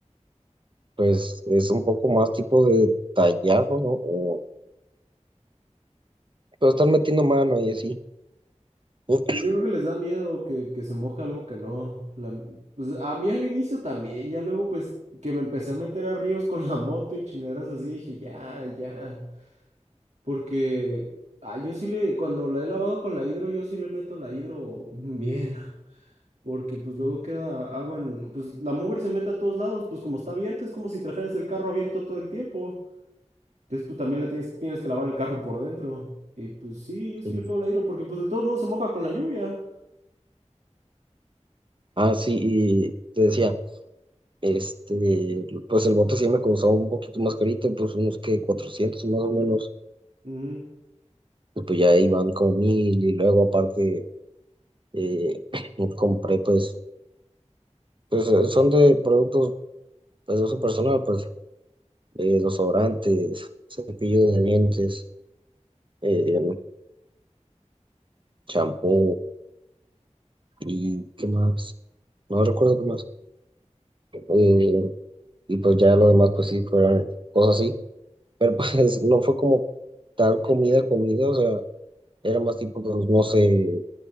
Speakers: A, on the right; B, on the right.
A: pues, es un poco más tipo de tallado, ¿no? O, pero están metiendo mano y así. <clears throat>
B: Pues yo creo que les da miedo que, que se moje algo que no. la- pues a mí al inicio también, ya luego pues que me empecé a meter a ríos con la moto y chingaderas así, dije, ya, ya. Porque ah, yo sí le, cuando la he lavado con la hidro, yo sí le meto la hidro bien. <laughs> Porque pues luego queda agua en, pues la mugre se mete a todos lados, pues como está abierta, es como si trajeras el carro abierto todo el tiempo. Entonces pues también la tienes, tienes que lavar el carro por dentro. Y pues sí, yo sí
A: Sí.
B: le pego la hidro, porque pues de todos modos se moja con la lluvia.
A: Ah, sí, y te decía, este, pues el bote sí me costaba un poquito más carito, pues unos que 400 más o menos,
B: Ujú.
A: y pues ya iban como mil, y luego aparte eh, <clears throat> compré pues Pues eh, son de productos pues, de uso personal, pues eh, desodorantes, cepillo de dientes, eh, champú y qué más. No recuerdo qué más. Eh, y pues ya lo demás, pues sí, fueron cosas así. Pero pues <laughs> no fue como tal comida, comida, o sea, era más tipo, pues no sé,